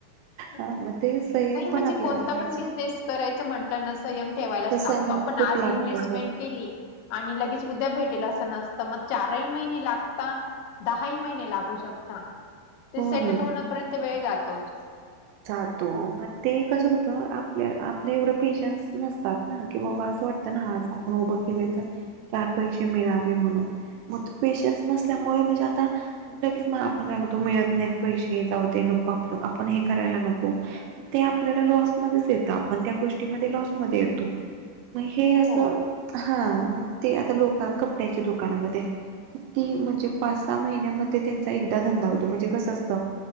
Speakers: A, on the left; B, on the right.
A: नाही
B: हा मग ते संयम
A: म्हणजे
B: पण आपल्याला
A: कोणता
B: पाहिजे
A: पण बिझनेस
B: की
A: करायच म्हटलं ना संयम ठेवायलाच
B: तर संयम
A: लागतो. पण
B: खूप
A: आज
B: लागतो
A: इन्व्हेस्टमेंट
B: हो.
A: केली आणि लगेच उद्या भेटेल असं नस त म चारही महिने लागता दहा ही महिने लागू शकता. ते
B: हो
A: सेटल
B: ना
A: होण्यापर्यंत वेळ जातोच.
B: जातो म ते कसं होतं आपल्या आपल्या एवढं पेशन्स नसतात ना की बाबा असं वाटतं ना आज आपण उभं केले तर चार पैसे मिळावे म्हणून म तो पेशन्स नसल्यामुळे म्हणजे आता लगेच म आपण काय म्हणतो मिळत नाहीत पैसे जाऊ दे नको आपल आपण हे करायला नको ते आपल्याला लॉसमध्येच येतं आपण त्या गोष्टीमध्ये लॉसमध्ये येतो. म हे आसं
A: हो
B: हा मग ते आता लोका कपड्याच्या दुकानामध्ये किती म्हणजे पाच सहा महिन्यामध्ये तेचा एकदा धंदा हो तो म्हणजे कसं असतं